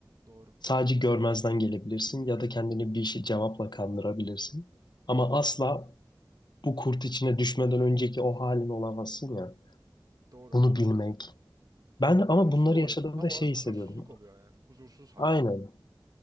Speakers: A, on the right (about 50°); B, on the left (about 65°).
A: Doğru.
B: Sadece görmezden gelebilirsin ya da kendini bir şey cevapla kandırabilirsin. Ama asla bu kurt içine düşmeden önceki o halin olamazsın ya.
A: Doğru.
B: Bunu bilmek. Ben ama
A: Huzursuz
B: bunları
A: oluyorsun.
B: yaşadığımda
A: Tam olarak
B: şey hissediyordum.
A: huzursuzluk oluyor yani. Huzursuz hal.
B: Aynen.